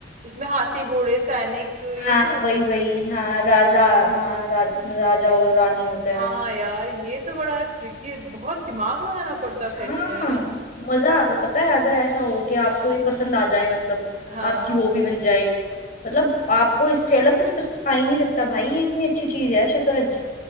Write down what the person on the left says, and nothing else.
हाँ
वही
वही हाँ राजा
हाँ
रा,
राजा और रानी होते हैं
हाँ
मजा आता है, पता है अगर ऐसा हो कि आपको ये पसंद आ जाए मतलब
आपकी
हॉबी बन जाए ये मतलब आपको इससे अलग कुछ पसंद आ ही नहीं सकता भाई ये इतनी अच्छी चीज है शतरंज